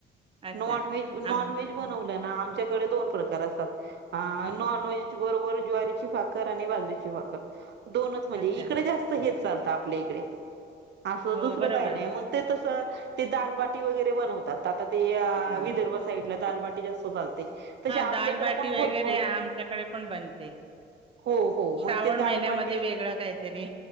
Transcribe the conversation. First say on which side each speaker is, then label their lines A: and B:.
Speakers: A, on the right; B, on the right.
A: अच्छा.
B: नॉनव्हेज-नॉनव्हेज
A: आम
B: बनवलं ना आमच्याकडे दोन प्रकार असतात. हा नॉनव्हेज बरोबर ज्वारीची भाकर आणि बाजरीची भाकर दोनच म्हणजे
A: अच्छा.
B: इकडे जास्त हेच चालतं आपल्या इकडे. असं
A: हो,
B: दुसरं
A: बरोबर.
B: काही नाही मग ते तसं ते दालबाटी वगैरे बनवतात आता ते
A: हां.
B: विदर्भ साईड ला दालवाटी जास्त चालते तसे
A: हा
B: आपल्याकड
A: दालबाटी
B: पण
A: वगैरे
B: भरपूर
A: आमच्याकडे पण बनते.
B: हो-हो
A: श्रावण
B: मग ते
A: महिन्यामध्ये
B: दालबाटी
A: वेगळं काहीतरी